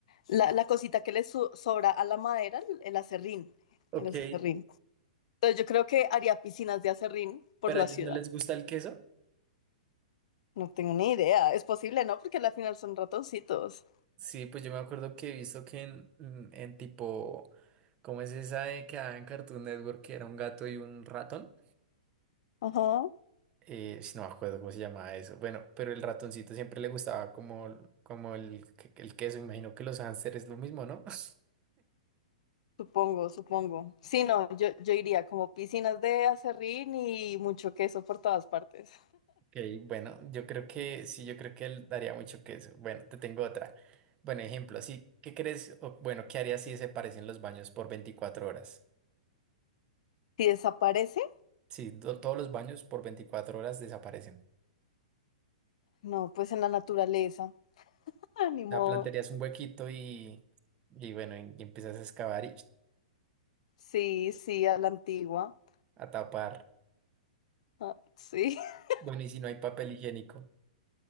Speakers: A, on the left; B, on the right.
A: la, la cosita que les so- sobra a la madera, el acerrín,
B: Ok,
A: el acerrín. Entonces yo creo que haría piscinas de acerrín por
B: pero
A: la
B: a ellos
A: ciudad.
B: no les gusta el queso.
A: No tengo ni idea. Es posible, ¿no? Porque al final son ratoncitos.
B: Sí, pues yo me acuerdo que he visto que en, en en tipo, ¿cómo es esa de que daba en Cartoon Network que era un gato y un ratón?
A: Ajá.
B: Eh, si no me acuerdo cómo se llamaba eso. Bueno, pero el ratoncito siempre le gustaba como, como el, el queso. Imagino que los hámsters es lo mismo, ¿no? <laughs>
A: Supongo, supongo. Sí, no, yo, yo iría como piscinas de acerrín y mucho queso por todas partes.
B: Ok, bueno, yo creo que sí, yo creo que él daría mucho queso. Bueno, te tengo otra. Bueno, ejemplo, así, ¿qué crees? o, bueno, ¿qué harías si desaparecen los baños por 24 horas?
A: Si desaparece,
B: Sí, do- todos los baños por 24 horas desaparecen.
A: no, pues en la naturaleza. Ah, ni modo.
B: La plantearías un huequito y, y bueno, y, y empiezas a excavar y
A: Sí, sí, a la antigua.
B: a tapar.
A: Ah, sí. <laughs>
B: Bueno, y si no hay papel higiénico.